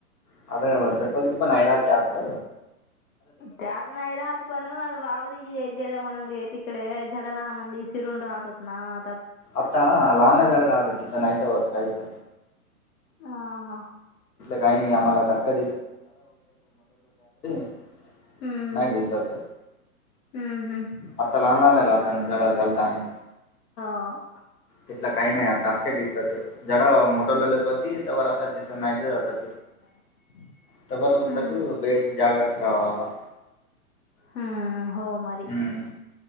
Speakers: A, on the left; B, on the left.
A: अ <unintelligible>
B: त्यात नाही राहत पण वावरीले गेले म्हणून घे तिकडे <unintelligible> राहतात ना आता
A: आता लहानला झाडं राहतात तिथं नाहीच होत काहीच
B: हा हा.
A: काही आम्हाला धक्का <unintelligible>
B: हम्म
A: नाही दिसत
B: हम्म हम्म.
A: आता लहान लाहान नाही राहता <unintelligible>
B: आ
A: तिथल काही नाही आता अख्खे दिसतात झाड मोठ लवले कधी तवर आता दिसत नाही जात
B: <unintelligible>
A: तवर
B: हम्म
A: सगे बेस जागत रावावा
B: हम्म. हो मरी
A: हम्म